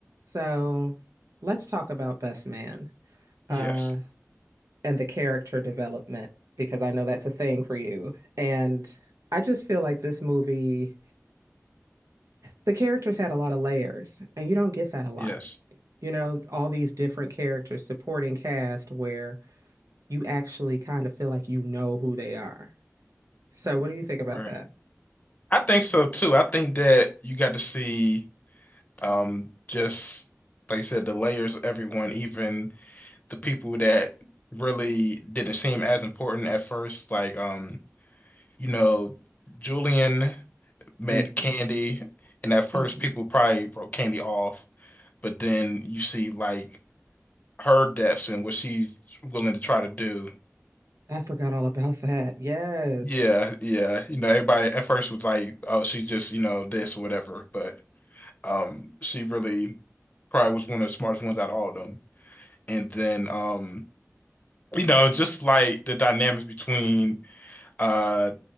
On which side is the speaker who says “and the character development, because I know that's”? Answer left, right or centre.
Right